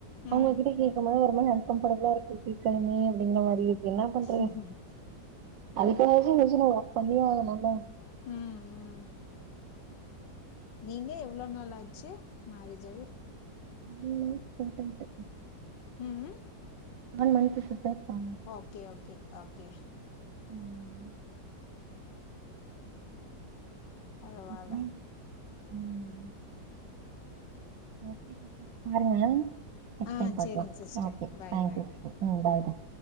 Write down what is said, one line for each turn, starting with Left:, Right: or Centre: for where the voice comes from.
Right: அவுங்ககிட்ட
Left: ம்
Right: கேக்கனு இருந்தா அன்கம்ஃபர்ட்டபிலா இருக்கு கேக்கணுமே அப்டிங்கிற மாரி இருக்கு என்ன பண்றது
Left: ம்
Right: அதுக்காகவாச்சு மிஷின ஒர்க் பண்ணியே ஆகனுல்ல
Left: ம் நீங்க எவ்ளோ நாள் ஆச்சி மேரேஜ் ஆகி
Right: ம் போன்டட்டு
Left: உம்ம்
Right: இது மாரி <unintelligible>
Left: ஓகே ஓகே ஓகே
Right: உம்
Left: பரவால்ல
Right: அப்புறம், ம் ஓகே <unintelligible> பாருங்க நெக்ஸ்ட்
Left: ஆ
Right: டைம் பாக்கலா
Left: சரிங்க sister.
Right: ஆ Okay
Left: bye
Right: okay
Left: bye.
Right: Okay உம் பாய்
Left: ம்.
Right: பாய்